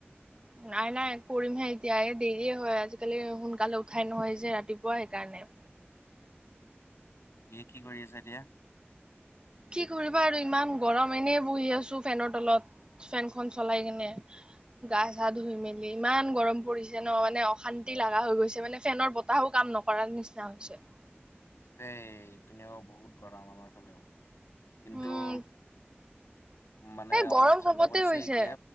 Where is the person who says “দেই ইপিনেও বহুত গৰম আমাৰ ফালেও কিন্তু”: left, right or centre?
Left